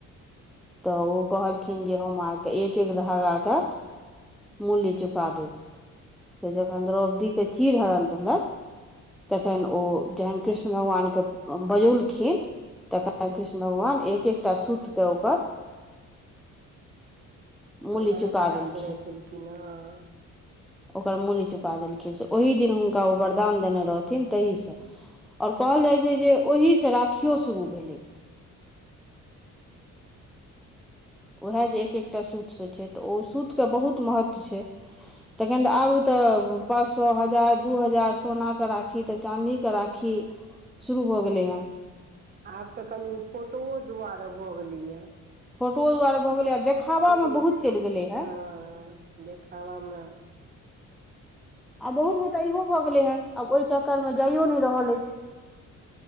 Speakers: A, in the centre; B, on the right.
A: तऽ ओ कहलखिन जे, हम अहाँ के एक- एक धागाके मूलय चुका देब, से जखन द्रोपदी चीड़ हरण भेलनि। तखन ओ जखन कृष्ण भगवानके बजौलखिन। तकर बाद कृष्ण भगवान! एक -एक टा सूत के ओकर मूल्य
B: ओकरा
A: चुका
B: रक्षा
A: देलखिन
B: केने छलखिन हेँ।
A: ओकर मूल्य चुका देलखिन, से ओहि दिन हुनका ओ वरदान देने रहथिन, तहिसँ। आर कहल जाइ छै, जे ओहिसँ राखियो शुरू भेलै। उएह जे एक -एकटा सूत से छै, तऽ ओ सूतके बहुत महत्व छै, तखन तऽ आब तऽ त पाँच सए, हजार, दू हजार, सोनाके राखी, तऽ चानदीके राखी। शुरू भऽ गेलै हँ।
B: आब तऽ कनि फोटोओ दुआरे भऽ गेलैए।
A: फोटोओ दुआारे भऽ गेलै। देखाबामे
B: फोटो
A: बहुत
B: हँ,
A: चलि गेलै हेँ
B: देखाबामे!
A: आ बहुत गोटा इहो भऽ गेलै है, आब ओहि चक्करमे जाइओ नहि रहल अछि।